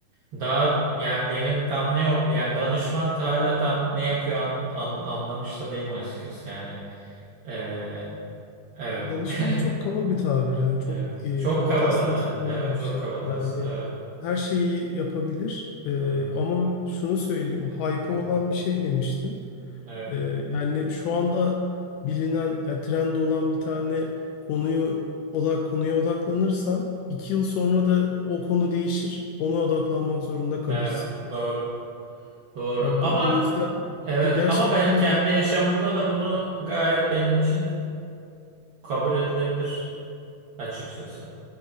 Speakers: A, on the right; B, on the left.
A: Daha yani derin tam ne yap- yani danışman ta hala tam ne yapıyor an, an- anlamış da değilim açıkçası yani. Ee, evet.
B: Danışman çok
A: <laughs>
B: kaba bir tabir yani çok
A: Evet.
B: e,
A: Çok
B: kaba
A: kaba
B: taslak
A: değil mi?
B: söylenen
A: Evet çok
B: bir şey.
A: kaba
B: Yani
A: aslında. Evet.
B: her şeyi yapabilir E,
A: Evet.
B: ama şunu söyleyeyim hype
A: Hı hı.
B: olan bir şey demiştin.
A: Evet.
B: E, yani şu anda bilinen yani trend olan bir tane konuyu odak konuya odaklanırsan iki yıl sonra da o konu değişir ona odaklanmak zorunda kalırsın.
A: Evet. Doğru. Doğru.
B: Ya
A: Ama
B: burada o yüzden
A: evet
B: e, gerçekten
A: ama benim kendi yaşamımda da bunu gayet benim için kabul edilebilir açıkçası.